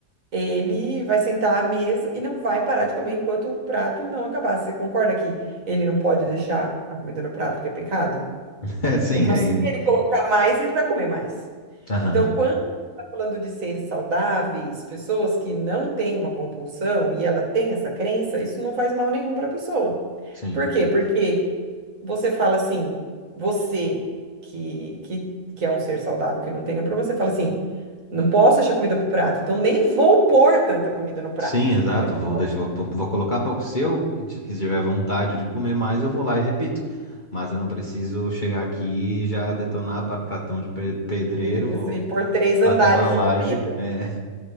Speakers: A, on the right; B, on the left.
A: ele vai sentar à mesa e não vai parar de comer enquanto o prato não acabar. Você concorda que ele não pode deixar a comida no prato, porque é pecado?
B: <laughs> É, sim,
A: Então,
B: aí.
A: se ele colocar mais, ele vai comer mais.
B: Aham,
A: Então, quando está falando de seres saudáveis, pessoas que não têm uma compulsão e ela tem essa crença, isso não faz mal nenhum para a pessoa.
B: sim.
A: Por quê? Porque você fala assim, você que, que, que é um ser saudável, que não tem nenhum problema, você fala assim, não posso deixar comida pro prato, então nem vou pôr tanta comida no prato.
B: Sim, exato.
A: que eu não-
B: Vou, deixar vou, vou colocar para o seu, que ti- que tiver vontade de comer mais, eu vou lá e repito. Mas eu não preciso chegar aqui e já detonar para pratão de pe- pedreiro.
A: Isso,
B: Vou.
A: e pôr três
B: Bater
A: andares
B: uma laje.
A: de comida.
B: É,